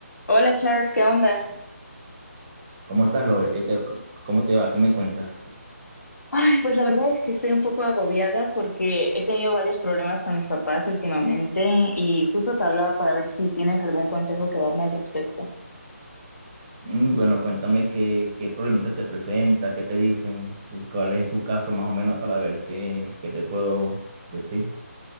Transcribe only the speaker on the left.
Hola Charles, ¿qué onda?
Ay, pues la verdad es que estoy un poco agobiada porque he tenido varios problemas con mis papás últimamente y justo te hablaba para ver si tienes algún consejo que darme al respecto.